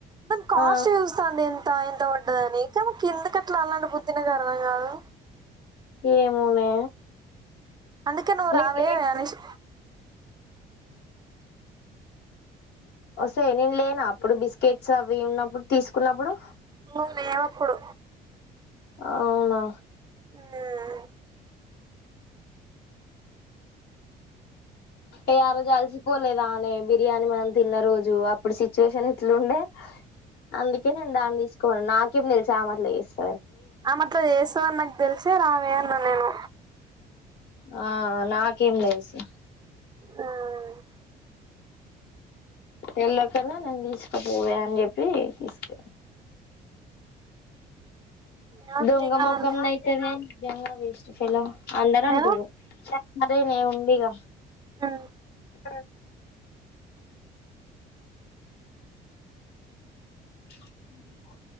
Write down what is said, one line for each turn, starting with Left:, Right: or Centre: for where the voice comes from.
Right: దాని కాస్ట్
Left: ఆ
Right: చూస్తాంది అంట ఎంత పడ్డదని తనకెందు కట్లా అల్లాంటి బుద్ధి నాకర్థం కాదు
Left: ఏమోనే
Right: అందుకే నువు
Left: నేను
Right: రావే
Left: లే
Right: అనేసి
Left: ఒసేయ్ నేను లేనా అప్పుడు బిస్కెట్స్ అవి ఉన్నప్పుడు తీసుకున్నప్పుడు
Right: నువ్వు లేేవప్పుడు
Left: అవునా
Right: మ్మ్
Left: ఏ ఆ రోజు కలిసిపోలేదానే బిర్యాని మనం తిన్న రోజు అప్పుడు సిచ్యువేషన్ ఎట్లుండే అందుకే నేను దాన్ని తీసుకోపోయిన నాకేమి తెలిసు ఆమె అట్ల చేస్త
Right: ఆమట్ల చేస్తది అని నాకు తెలిసే రావే అన్నా నేను
Left: ఆ నాకేం తెలుసు
Right: హ్మ్
Left: తెళకన్నా నన్ను తీసుకపోవే అని చెప్పి తీసుకో
Right: ఏమో
Left: దొంగ
Right: తీయగలను.
Left: మోఖందైతేనే నిజంగా వేస్ట్ ఫెలో అందర అంటూరు
Right: ఏ?
Left: సరేనే ఉండు ఇగ
Right: హ్మ్
Left: సరే మ్